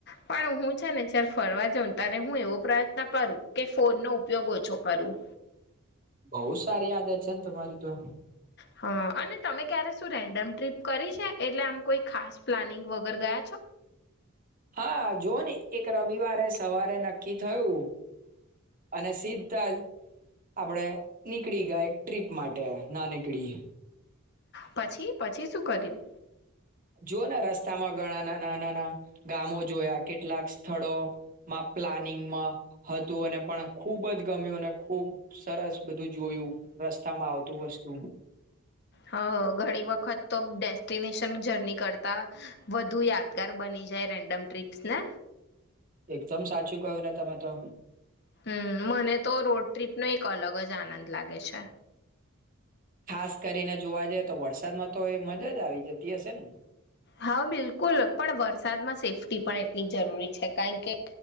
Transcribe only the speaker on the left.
પણ હું છે ને જયારે ફરવા જાઉં ત્યારે હું એવો પ્રયત્ન કરું કે ફોન નો ઉપયોગ ઓછો કરું
હ અને તમે ક્યારે શું રેન્ડમ ટ્રીપ કરી છે એટલે આમ કોઈ ખાસ પ્લાનિંગ વગર ગયા છો
પછી પછી શું કર્યું
હ ઘણી વખત તો ડેસ્ટિનેશન જર્ની કરતાં વધુ યાદગાર બની જાય રેન્ડમ ટ્રીપ્સ ને
હમ મને તો રોડ ટ્રીપનોો એક અલગ જ આનંદ લાગે છે
હા બિલકુલ પણ વરસાદમાં સેફ્ટી પણ એટલી જરૂરી છે કારણ કે